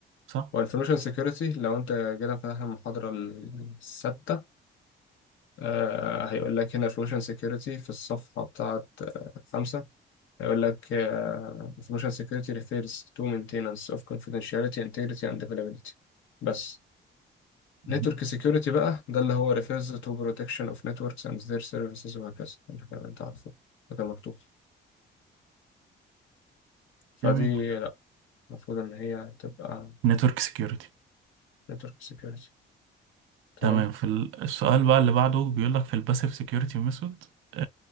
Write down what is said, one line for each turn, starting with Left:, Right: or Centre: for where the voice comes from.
Right: صح
Left: والانفورميشن سيكيورتي لو انت جينا فتحنا المحاضرة الستة آه هيقول لك هنا انفورميشن سيكيورتي في الصفحة بتاعة آه خمسة هيقول لك انفورميشن سيكيورتي refers to maintenance of confidentiality, integrity and availability بس نتورك
Right: مهم.
Left: سيكيورتي بقى ده اللي هو refers to protection of networks and their services وهكذا اللي كان انت عارفه ده كان مكتوب فدي
Right: جميل
Left: لا المفروض ان هي تبقى
Right: نتورك سكيورتي
Left: نتورك سيكيورتي تمام
Right: تمام في ال- السؤال بقى اللي بعده بيقول لك في الباسيف سكيورتي ميثود uh,